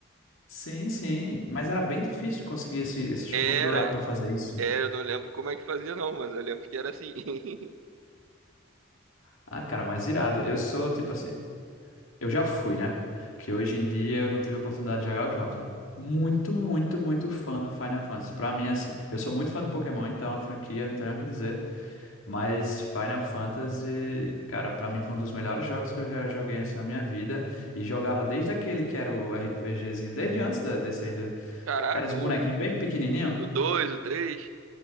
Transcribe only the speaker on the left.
Sim, sim. Mas era bem difícil conseguir esse, esse chocobo
dourado pra fazer isso.
Ah, cara, mas irado. Eu sou tipo assim. Eu já fui, né? Que hoje em dia eu não tive a oportunidade de jogar os novos. Mas muito, muito, muito fã do Final Fantasy. Pra mim, assim, eu sou muito fã do Pokémon, então a franquia não tem nem o que dizer. Mas Final Fantasy, cara, pra mim foi um dos melhores jogos que eu já joguei assim, na minha vida. E jogava desde aquele que era o RPGzinho, desde antes da, desse aí do.
Que eram uns bonequinhos
bem pequenininhos.